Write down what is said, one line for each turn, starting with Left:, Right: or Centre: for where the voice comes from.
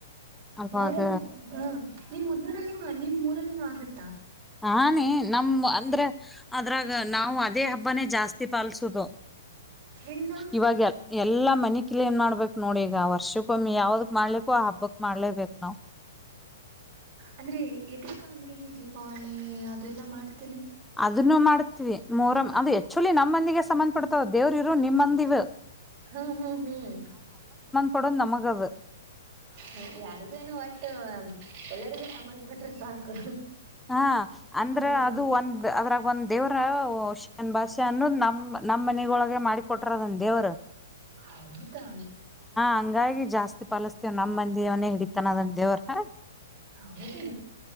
Centre: ಅವಾಗ
Right: ಮೊಹರಂ ಹಾ ನಿಮ್ ಮುದ್ನೂರಲ್ಲಿನ ನಿಮ್ ಊರಲ್ಲಿನು ಆಗತ್ತೆ.
Centre: ಹಾನಿ ನಮ ಅಂದ್ರೆ ಅದ್ರಾಗ ನಾವು ಅದೇ ಹಬ್ಬನೇ ಜಾಸ್ತಿ ಪಲ್ಸುದು.
Right: ಹೆಂಗ
Centre: ಇವಾಗ ಎಲ್ಲ. ಮನಿ ಕ್ಲೀನ್ ಏನ್ ಮಾಡ್ಬೇಕ್ ನೋಡಿ ಈಗ ವರ್ಷಕ್ಕೊ ಒಮ್ಮಿ ಯಾವ್ದ ಹಬ್ಬಕ್ಕ ಮಾಡ್ಲಿಕ್ಕೋ ಆ ಹಬ್ಬಕ್ ಮಾಡ್ಲೇಬೇಕು ನಾವ್.
Right: ಅಂದ್ರೆ ಇದಕ್ಕ ಅಂದ್ರೆ ನೀವು ದೀಪಾವಳಿ ಅದೆಲ್ಲ ಮಾಡ್ತ.
Centre: ಅದನ್ನು ಮಾಡ್ತೀವಿ ಮೋರಂ ಅದು ಆಕ್ಟುಯಲ್ಲಿ ನಮ್ಮಂದಿಗೆ ಸಂಬಂ. ಪಡ್ತಾವ ದೇವ್ರ ಇರು ನಿಮ್ಮ ಮಂದಿದ.
Right: ಹ್ಮ್ ಹ್ಮ್ ಹ್ಮ್.
Centre: ಪಡ ನಮಗ ಅದ.
Right: ಹ್ಮ ಯಾರಿಗೇನು ಒಟ್ಟು ಎಲ್ಲರಿಗೂ ಸಂಬಂಧಪಟ್ರೆ ಸಾಕು.
Centre: ಹಾ ಅಂದ್ರ
Right: ಹ್ಮ್.
Centre: ಅದು ಒಂದ ಅದ್ರ. ಒಂದ್ ದೇವ್ರಷ ಭಾಷೆ ಅನ್ನು ನಮ್ ನಮ್ಮ್ನೆಗೊಳಗೆ ಮಾಡಿ ಕೊಟ್ರ ಅದ್ನ ದೇವರು.
Right: ಹೌದಾ.
Centre: ಹಂಗಾಗಿ ಜಾಸ್ತಿ ಪಾಲಿಸಸ್ತೇವ ನಮ್ ಮಂದಿ ಅವನೇ ಹಿಡಿತಾನ ಅದ ದೇವ್ರ ಹಾ.
Right: ಹೌದು